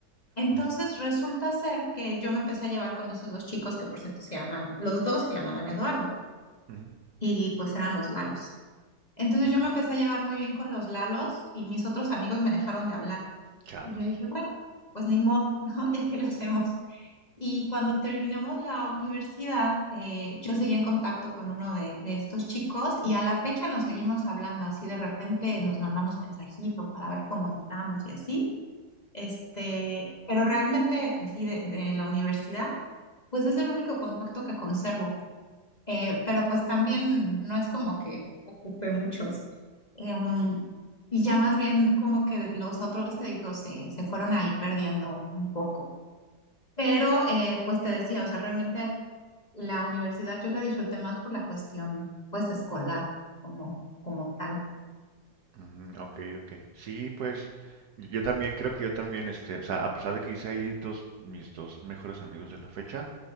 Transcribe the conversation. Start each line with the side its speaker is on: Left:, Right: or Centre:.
Left: Entonces
Right: mm,
Left: resulta ser que yo me empecé a llevar con esos dos chicos que por cierto se llaman, los dos se llamaban Eduardo
Right: ujú,
Left: y pues eran los Lalos. Entonces
Right: ok,
Left: yo me empecé a llevar muy bien con los Lalos y mis otros amigos me dejaron de hablar.
Right: changos.
Left: Y yo dije, bueno, pues ni modo, <laughs> ¿no? ¿Ya qué le hacemos? Y cuando terminamos la universidad, eh, yo seguí en contacto con uno de, de estos chicos y a la fecha nos seguimos hablando así, de repente nos mandamos mensajitos para ver cómo estamos y así. Este, pero realmente así de, de la universidad, pues es el único contacto que conservo. Eh, pero pues también no es como que ocupe muchos. Em, y ya más bien como que los otros, te digo, se, se fueron ahí perdiendo un poco. Pero, eh, pues te decía, o sea, realmente la universidad yo la disfruté más por la cuestión, pues, escolar, como, como tal.
Right: Mm, ok, ok. Sí, pues yo también creo que yo también, este, o sea, a pesar de que hice ahí dos, mis dos mejores amigos de la fecha,